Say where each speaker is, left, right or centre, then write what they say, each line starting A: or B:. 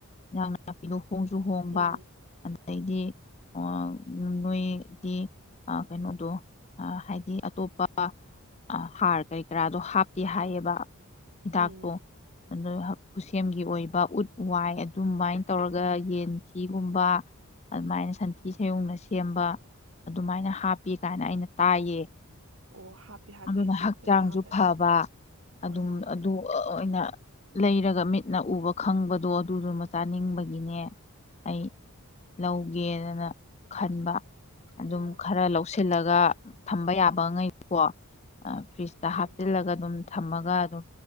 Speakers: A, on the left; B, on the right.
A: ꯏꯟꯖꯥꯡꯅꯄꯤꯗꯣ ꯍꯣꯡꯁꯨ ꯍꯣꯡꯕ
B: ꯎꯝ
A: ꯑꯗꯩ ꯑꯗꯩꯗꯤ ꯑ ꯎꯝ ꯅꯣꯏꯗꯤ ꯑ ꯀꯩꯅꯣꯗꯣ ꯑ ꯍꯥꯏꯗꯤ ꯑꯇꯣꯞꯄ ꯑ ꯍꯥꯔ ꯀꯔꯤ ꯀꯔꯥꯗꯣ ꯍꯥꯞꯇꯦ ꯍꯥꯏꯌꯦꯕ ꯍꯤꯗꯥꯛꯄꯨ
B: ꯎꯝ
A: ꯨꯑꯗꯩ ꯍꯛ ꯈꯨꯠꯁꯦꯝꯒꯤ ꯑꯣꯏꯕ ꯎꯠ ꯋꯥꯏ ꯑꯗꯨꯃꯥꯏꯅ ꯇꯧꯔꯒ ꯌꯦꯟꯊꯤꯒꯨꯝꯕ ꯑꯗꯨꯃꯥꯏꯅ ꯁꯟꯊꯤ ꯁꯌꯨꯡꯅ ꯁꯦꯝꯕ ꯑꯗꯨꯃꯥꯏꯅ ꯍꯥꯞꯄꯤ ꯀꯥꯏꯅ ꯑꯩꯅ ꯇꯥꯏꯌꯦ
B: ꯑꯣ ꯍꯥꯞꯄꯤ ꯍꯥꯞꯄꯤꯁꯦ
A: ꯑꯗꯨꯅ ꯍꯛꯆꯥꯡꯁꯨ
B: ꯑꯩꯈꯣꯏ ꯑꯌꯥꯝꯕꯅ
A: ꯐꯕ ꯑꯗꯨꯝ
B: ꯑꯥ
A: ꯑꯗꯨ ꯑ ꯑꯣꯏꯅ ꯂꯩꯔꯒ ꯃꯤꯠꯅ ꯎꯕ ꯈꯪꯕꯗꯣ ꯑꯗꯨꯗꯨꯃ ꯆꯥꯅꯤꯡꯕꯒꯤꯅꯦ ꯑꯩ ꯂꯧꯒꯦꯗꯅ ꯈꯟꯕ ꯑ ꯑꯗꯨꯝ
B: ꯑꯣ
A: ꯈꯔ ꯂꯧꯁꯤꯜꯂ ꯒ ꯊꯝꯕ ꯌꯥꯕꯉꯩ ꯀꯣ ꯑ ꯐ꯭ꯔꯤꯖꯇ ꯍꯥꯞꯆꯤꯜꯂꯒ
B: ꯎꯝ
A: ꯑꯗꯨꯝ ꯊꯝꯃꯒ ꯑꯗꯨꯝ